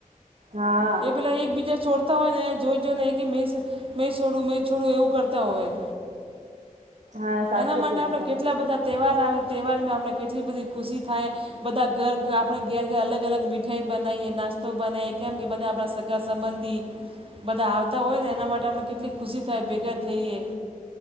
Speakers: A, on the right; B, on the right.
A: હા
B: એ પેલા એકબીજા છોડ તા હોય ને જોઈ જોને મે મેં સોડું મેં છોડું એવું કરતા હોય
A: હા સાચું
B: એના માટે
A: કીધું
B: આપણે
A: તમે
B: કેટલા બધા તહેવાર આવે તહેવારમાં આપણે કેટલી બધી ખુશી થાય બધા ઘર આપણે ઘેર ઘેર અલગ-અલગ મીઠાઈ બનાઇએ, નાસ્તો બનાયે કેમકે બધા આપડા સ ગા સમન્ધી બધા આવતા હોયને એના માટે આપણે કેટલી ખુશી થાય ભેગા થઈએ